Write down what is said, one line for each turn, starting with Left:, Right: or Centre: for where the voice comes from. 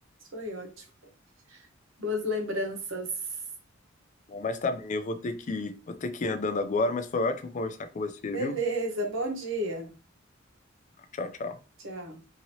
Right: Foi ótimo. Boas lembranças.
Left: Mas tá bem, eu vou ter que, vou ter que ir andando agora, mas foi ótimo conversar com você,
Right: Beleza,
Left: viu?
Right: bom dia.
Left: Tchau, tchau.
Right: Tchau.